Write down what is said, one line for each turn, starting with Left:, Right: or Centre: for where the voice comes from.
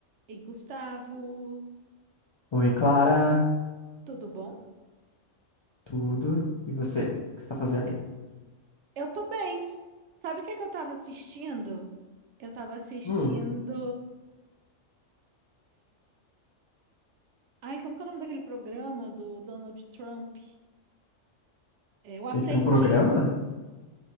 Right: E Gustavo,
Left: Oi, Clara,
Right: tudo bom?
Left: tudo? E você? O que você está fazendo aí?
Right: Eu tô bem. Sabe o que é que eu tava assistindo? Eu tava assistindo.
Left: Hum,
Right: Ai, como que é o nome daquele programa do Donald Trump? É, O Aprendiz.
Left: ele tem um programa?